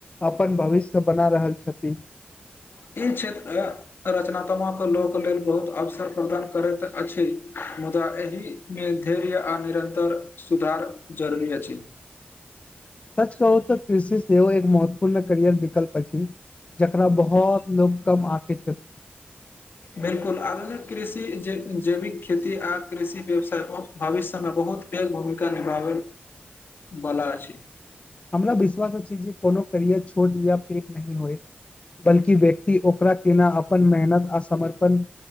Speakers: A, on the left; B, on the left.
A: अपन भविष्य बना रहल छथिन
B: <inaudible> ई क्षेत्र रचनात्मक लोक लेल बहुत अवसर प्रदान करैत अछि मुदा एहि मे धैर्य आ निरन्तर सुधार जरूरी अछि <inaudible>
A: सच कहू त कृषि सेहो एक महत्वपूर्ण करियर विकल्प जकरा बहुत लोक कम आँके छथिन
B: बिल्कुल आधुनिक कृषि जैविक खेती आ कृषि व्यवसायको भविष्यमे मेक बहुत पेघ भूमिका निभाबे बला छैय
A: हमरा विश्वास अछि जे कोनो करियर छोट या पेघ नहि होय बल्कि व्यक्ति ओकरा केना अपन मेहनत अआ समर्पण